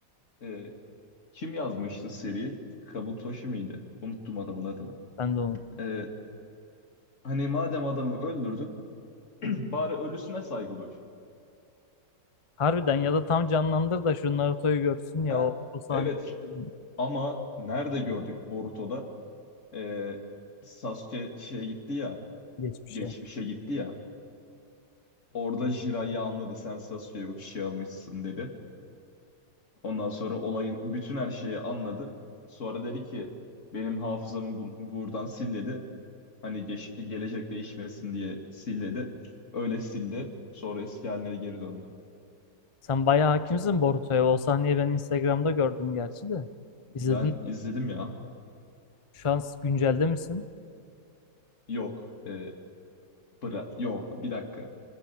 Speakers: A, on the left (about 40°); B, on the left (about 55°).
A: e, Kim yazmıştı seri? Kabutoshi miydi? Unuttum adamın adını.
B: ben de onu
A: Ee, hani madem adamı öldürdün, <clears throat> bari ölüsüne saygı duy.
B: harbiden ya da tam canlandır da şu Naruto'yu görsün ya
A: Ha?
B: o, o sahne
A: Evet.
B: <laughs>
A: Ama nerede gördük Boruto'da? Ee, Sasuke şeye gitti ya,
B: geçmişe
A: geçmişe gitti ya. Orada Jiraiya anladı, sen Sasuke'ye uçuş almışsın dedi. Ondan sonra olayın bütün her şeyi anladı. Sonra dedi ki, benim hafızamı bu- buradan sil dedi. Hani geç, gelecek değişmesin diye silledi. Öyle sildi. Sonra eski haline geri döndü.
B: sen bayağı hakimsin Boruto'ya o sahneyi ben Instagram'da gördüm gerçi de
A: Ben
B: izledin
A: izledim ya.
B: şu an güncelde misin?
A: Yok. E, bıra Yok bir dakika.